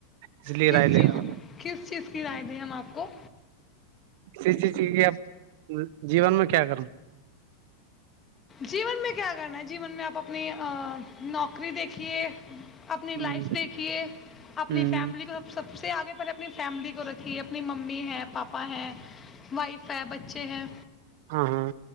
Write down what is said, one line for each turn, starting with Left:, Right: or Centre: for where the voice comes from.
Right: اس لیے
Left: کس
Right: رائے لے
Left: چیز
Right: رہا ہوں
Left: کس چیز کی رائے دی ہم آپ کو
Right: اسسی چیز کی آب جیون میں کیا کرنا
Left: جیون میں کیا کرنا ہے جیون میں آپ اپنی نوکری دیکھیے اپنی
Right: ہ
Left: لائف دیکھیے اپنی
Right: ہ
Left: فیملی کو سب س سب سے آگے پہلے اپنی فیملی کو رکھی ہے اپنی ممی ہیں پاپا ہیں وائف ہے بچے ہیں
Right: ہاں ہاں